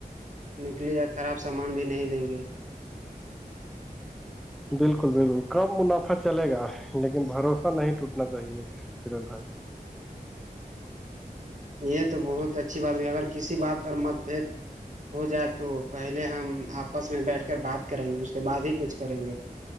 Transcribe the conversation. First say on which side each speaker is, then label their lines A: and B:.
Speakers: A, on the right; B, in the centre.
A: نکلی یا خراب سامان بھی نہیں دیں گے
B: بالکل بالکل کم منافع چلے گا لیکن بھروسہ نہیں ٹوٹنا چاہیے فیروج بھائی
A: یہ تو بہت اچھی بات ہو اگر کسی بات پر مت بد ہو جائے تو پہلے ہم آپس میں بیٹھ کر بات کریں گے اس کے بعد ہی کچھ کریں گے